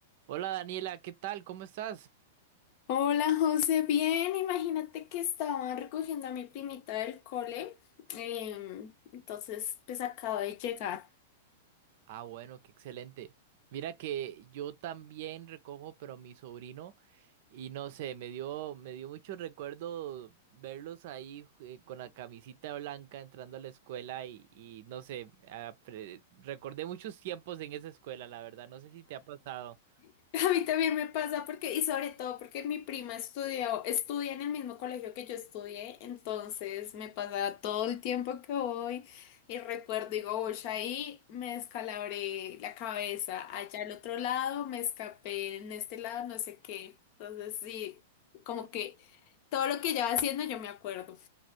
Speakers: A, on the right; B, on the left.
A: Hola Daniela, ¿qué tal? ¿Cómo estás?
B: Hola José, bien, imagínate que estaban recogiendo a mi primita del cole, em, entonces pues acabo de llegar.
A: Ah, bueno, qué excelente. Mira que yo también recojo, pero mi sobrino, y no sé, me dio, me dio mucho recuerdo verlos ahí eh, con la camisita blanca entrando a la escuela y, y no sé, apre- recordé muchos tiempos en esa escuela, la verdad, no sé si te ha pasado.
B: <laughs> A mí también me pasa porque, y sobre todo porque mi prima estudió, estudia en el mismo colegio que yo estudié, entonces me pasa todo el tiempo que voy y recuerdo, digo, uy, ahí me descalabré la cabeza, allá al otro lado me escapé, en este lado no sé qué. Entonces sí, como que todo lo que ella va haciendo yo me acuerdo.